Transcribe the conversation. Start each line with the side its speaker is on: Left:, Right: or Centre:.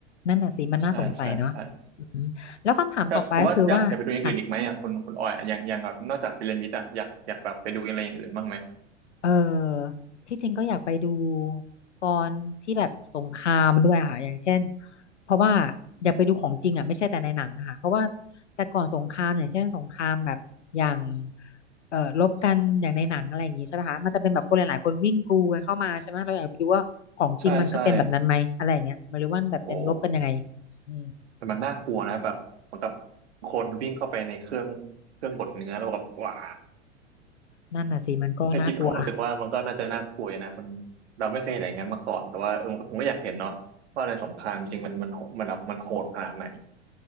Left: นั่นน่ะสิมันน่าสงสัยเนาะอืมแล้วคำถามต่อไปก็คือว่าค่ะ
Right: ก็ใช่ใช่ใช่ถ้าแต่ว่าอยากอยากไปดูอย่างอื่นอีกไหมอ่ะคนคนออยอ่ะอย่างอย่างแบบนอกจากพีระมิดอ่ะอยากอยากแบบไปดูอะไรอย่างอื่นบ้างไหม
Left: เออที่จริงก็อยากไปดูตอนที่แบบสงครามด้วยอะค่ะอย่างเช่นเพราะว่าอยากไปดูของจริงอ่ะไม่ใช่แต่ในหนังอะค่ะเพราะว่าแต่ก่อนสงครามอย่างเช่นสงครามแบบอย่างเอ่อรบกันอย่างในหนังอะไรอย่างงี้ใช่ไหมคะมันจะเป็นแบบคนหลายๆคนวิ่งกรูกันเข้ามาใช่ไหมเราอยากไปดูว่าของจริงมันก็เป็นแบบนั้นไหมอะไรอย่างเงี้ยหรือว่านแบบเป็นรบกันยังไง
Right: ใช่ใช่โอ้
Left: อืม
Right: แต่มันน่ากลัวนะแบบเหมือนกับคนวิ่งเข้าไปในเครื่องเครื่องบดเนื้อแล้วแบบว้า
Left: นั่นน่ะสิมันก็น่ากลัว
Right: แค่คิดผมรู้สึกว่ามันก็น่าจะน่ากลัวอยู่นะมันเราไม่เคยเห็นอย่างนั้นมาก่อนแต่ว่าเออผมก็อยากเห็นเนาะว่าในสงครามจริงมันมันมันแบบมันโหดขนาดไหน